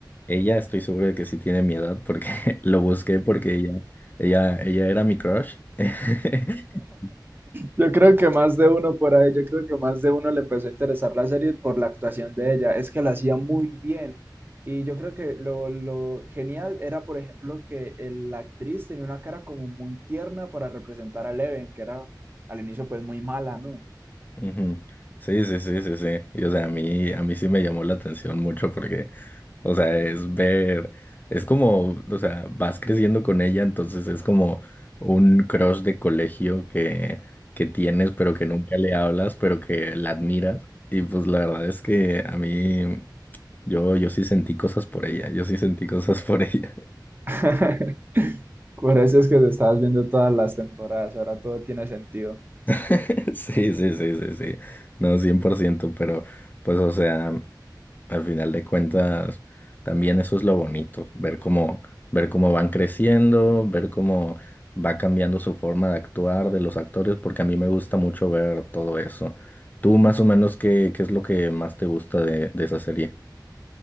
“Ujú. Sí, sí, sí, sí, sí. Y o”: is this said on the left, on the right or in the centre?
Left